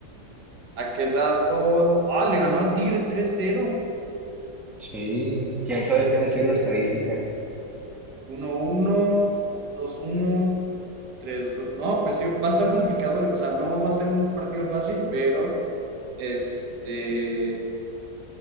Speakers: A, on the right; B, in the centre.
A: ha quedado, ah, le ganó a Tigres 3-0,
B: Sí, quién sabe qué decir la estadística.
A: uno uno dos uno tres dos No, pues sí, va a estar complicado, o sea, no va a ser un partido fácil, pero este,